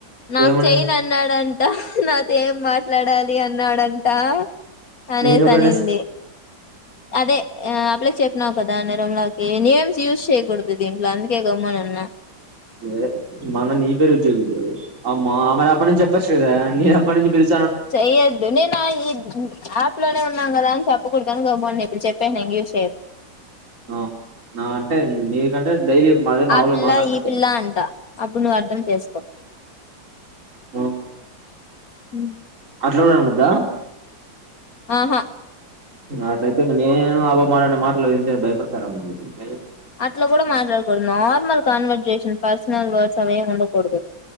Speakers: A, on the left; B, on the right.
A: నాకు
B: ఏమని
A: చెయన్ అన్నాడంట నాతో ఏం మాట్లాడాలి అన్నాడంట కానేసి
B: నేను ఎప్పుడైనా
A: అనింది అదే ఏ అప్ప్లె చెప్పినావు కదా నేరంలోకి నేమ్స్ యూజ్ చేయ్యకూడదు ఇంట్ల అందుకే గమ్మునున్న
B: ఏ మా అన్న నీ పేరు ఉద్యోగులు అమ్మ అమెన అప్పటి నుంచి చెప్పచ్చు కదా నేను అప్పటి నుంచి పిలుస్తూ
A: చెయొద్దు నేను యాప్ లోనే ఉన్నాను కదా అని చెప్పకూడదు గమ్మున ఉన్న ఇప్పుడు చెప్పాను యూస్ చెయొద్దు
B: ఆ నా అంటే మీగంటే డైలీ అదే మాములుగా
A: ఆ పిల్ల
B: మాట్లాడతాను
A: ఈ పిల్ల అంట అప్పుడు నువ్వు అర్థం చేసుకో
B: ఆ,
A: అ
B: ఇంట్లో కూడఉండొద
A: ఆహా
B: అంటాయితే ఇంక నేను ఆ పాప మాట్లాడిన మాటలు వింటే భయపడతార ఏమో..
A: అట్లా కూడా మాట్లాడకూడదు నార్మల్ కాన్వర్జేషన్ పర్సనల్ వర్డ్ సమయం ఉండ కూడదు